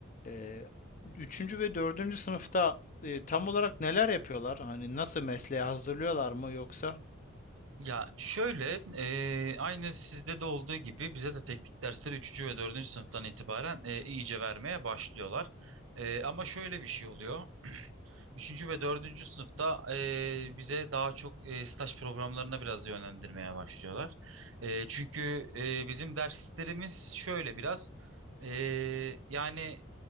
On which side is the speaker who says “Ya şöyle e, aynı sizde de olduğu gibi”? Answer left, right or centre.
Right